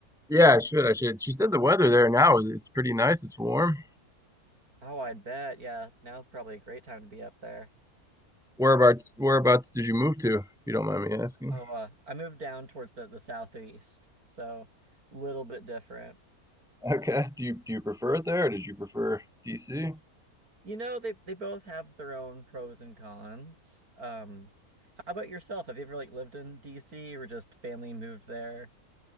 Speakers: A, in the centre; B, on the right.
A: Yeah, I should. I should. She said the weather there now is it's pretty nice. It's warm.
B: Oh, I bet. Yeah, now's probably a great time to be up there.
A: Whereabouts whereabouts did you move to, if you don't mind me asking?
B: Oh, uh, I moved down towards the the southeast, so a little bit different.
A: Okay. Do you do you prefer it there or did you prefer DC?
B: You know, they they both have their own pros and cons. Um, how about yourself? Have you ever like lived in DC or just family moved there?